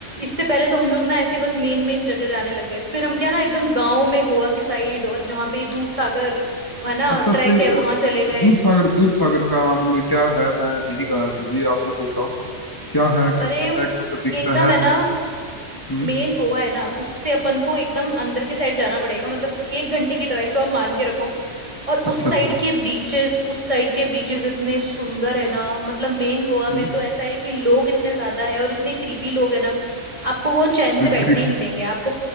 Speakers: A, on the right; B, on the left.
A: इससे पहले तो हम लोग ना ऐसे बस मेन मेन जगह जाने लग गए फिर हम क्या ना एकदम गाँव में गोवा के साइड और जहाँ पे दूध सागर है ना
B: अच्छा अच्छा
A: ट्रैक
B: ये
A: है
B: अ,
A: वहां चले गए
B: दूध सागर दूध सागर का मतलब क्या है मैं नहीं गाया कभी आप मेरे को बताओ क्या है कैसा
A: अरे
B: है कैसा दिखता
A: एकदम
B: है
A: है ना
B: हम्म
A: मेन गोवा है ना उससे अपन को
B: हाँ
A: एकदम अंदर के साइड जाना पड़ेगा मतलब एक घंटे की ड्राइव तो आप मान के रखो और
B: अच्छा
A: उस साइड
B: अच्छा
A: के बीचेस उस साइड के बीचेस इतने सुंदर है ना मतलब मेन गोवा
B: हम्म
A: में तो ऐसा है कि लोग इतने ज्यादा है और इतने क्रीपी लोग है ना आपको वो चैन से बैठने
B: क्री,
A: ही नहीं देंगे आपको